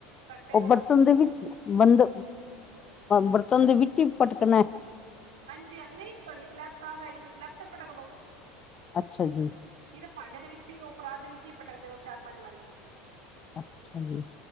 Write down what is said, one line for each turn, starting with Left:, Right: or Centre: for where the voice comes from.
Right: ਘੰਟੇ
Left: ਉਹ
Right: ਦੋ
Left: ਬਰਤਨ
Right: ਵਾਸਤੇ
Left: ਦੇ ਵਿੱਚ ਬੰਦ ਬਰਤਨ ਦੇ ਵਿੱਚ ਹੀ ਪਟਕਣਾ
Right: ਹਾਂਜੀ ਹ ਨਹੀਂ ਤੁਹਾਡੀ ਸਲੈਬ ਸਾਫ਼ ਹੈਗੀ ਤੇ ਸਲੈਬ ਤੇ ਪਟਕ ਦੋ
Left: ਅੱਛਾ ਜੀ।
Right: ਨਹੀਂ ਤਾਂ ਭਾਂਡੇ ਦੇ ਵਿੱਚ ਹੀ ਉਹ ਪਰਾਤ ਦੇ ਵਿੱਚ ਹੀ ਪਟਕਦੇ ਰਹੋ ਚਾਰ-ਪੰਜ ਵਾਰੀ।
Left: ਅੱਛਾ ਜੀ।